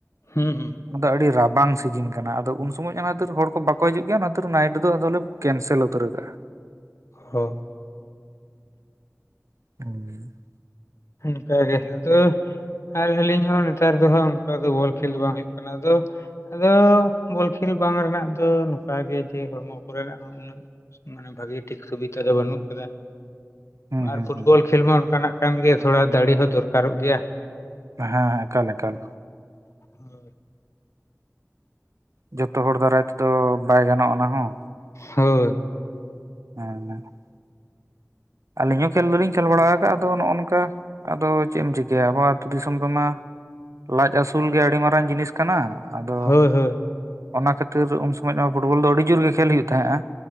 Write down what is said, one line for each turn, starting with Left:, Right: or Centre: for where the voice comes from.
Left: ᱦᱩᱸ ᱦᱩᱸ᱾
Right: ᱚᱱᱟᱫᱚ ᱟᱹᱰᱤ ᱨᱟᱵᱟᱝ ᱥᱤᱡᱤᱱ ᱠᱟᱱᱟ᱾ ᱟᱫᱚ ᱩᱱ ᱥᱚᱢᱚᱡ ᱚᱱᱟ ᱠᱷᱟᱛᱤᱨ ᱦᱚᱲ ᱠᱚ ᱵᱟᱠᱚ ᱦᱤᱡᱩᱜ ᱜᱮᱭᱟ᱾ ᱚᱱᱟ ᱠᱷᱟᱛᱤᱨ ᱱᱟᱭᱤᱴ ᱫᱚ ᱟᱫᱚᱞᱮ ᱠᱮᱱᱥᱮᱞ ᱩᱛᱟᱹᱨ ᱠᱟᱜᱼᱟ᱾
Left: ᱦᱚ᱾
Right: <unintelligible>
Left: ᱚᱱᱠᱟᱜᱮ ᱟᱫᱚᱼ ᱟᱨ ᱟᱹᱞᱤᱧ ᱦᱚᱸ ᱱᱮᱛᱟᱨ ᱫᱚ ᱦᱟᱸᱜ ᱚᱱᱠᱟ ᱫᱚ ᱵᱚᱞ ᱠᱷᱮᱞ ᱫᱚ ᱵᱟᱝ ᱦᱳᱭᱳᱜ ᱠᱟᱱᱟ ᱟᱫᱚ ᱟᱫᱚ ᱵᱚᱞ ᱠᱷᱮᱞ ᱵᱟᱝ ᱨᱮᱱᱟᱜ ᱫᱚ ᱱᱚᱝᱠᱟ ᱜᱮ ᱡᱮ ᱦᱚᱲᱢᱚ ᱠᱚᱨᱮᱱᱟᱜ ᱦᱚᱸ ᱩᱱᱟᱹᱜ ᱢᱟᱱᱮ ᱵᱷᱟᱜᱮ ᱴᱷᱤᱠ ᱥᱩᱵᱤᱫᱷᱟ ᱫᱚ ᱵᱟᱹᱱᱩᱜ ᱠᱟᱫᱟ᱾
Right: ᱦᱩᱸ
Left: ᱟᱨ
Right: ᱦᱩᱸ
Left: ᱯᱷᱩᱴᱵᱚᱞ
Right: ᱦᱩᱸ
Left: ᱠᱷᱮᱞ ᱢᱟ ᱚᱱᱠᱟᱱᱟᱜ ᱠᱟᱱ ᱜᱮ ᱛᱷᱚᱲᱟ ᱫᱟᱲᱮ ᱦᱚᱸ ᱫᱚᱨᱠᱟᱨᱚᱜ ᱜᱮᱭᱟ᱾
Right: ᱦᱮᱸ ᱦᱮᱸ ᱮᱠᱟᱞ ᱮᱠᱟᱞ᱾
Left: <unintelligible>
Right: ᱡᱚᱛᱚ ᱦᱚᱲ ᱫᱟᱨᱟᱭ ᱛᱮᱫᱚ ᱵᱟᱭ ᱜᱟᱱᱚᱜᱼᱟ ᱚᱱᱟ ᱦᱚᱸ᱾
Left: ᱦᱳᱭ,
Right: <unintelligible> ᱟᱹᱞᱤᱧ ᱦᱚᱸ ᱠᱷᱮᱞ ᱫᱚᱞᱤᱧ ᱠᱷᱮᱞ ᱵᱟᱲᱟ ᱟᱠᱟᱫᱼᱟ ᱟᱫᱚ ᱱᱚᱜᱼᱚ ᱱᱚᱝᱠᱟ ᱟᱫᱚ ᱪᱮᱫ ᱮᱢ ᱪᱤᱠᱟᱹᱭᱟ ᱟᱵᱚ ᱟᱹᱛᱩ ᱫᱤᱥᱚᱢ ᱨᱮᱢᱟ ᱞᱟᱡ ᱟᱹᱥᱩᱞ ᱜᱮ ᱟᱹᱰᱤ ᱢᱟᱨᱟᱝ ᱡᱤᱱᱤᱥᱼ ᱠᱟᱱᱟ᱾ ᱟᱫᱚ
Left: ᱦᱳᱭ ᱦᱳᱭ
Right: ᱚᱱᱟ ᱠᱷᱟᱹᱛᱤᱨ ᱩᱱ ᱥᱚᱢᱚᱭ ᱢᱟ ᱯᱷᱩᱴᱵᱚᱞ ᱫᱚ ᱟᱹᱰᱤ ᱡᱩᱨ ᱜᱮ ᱠᱷᱮᱞ ᱦᱩᱭᱩᱜ ᱛᱟᱦᱮᱸᱜᱼᱟ᱾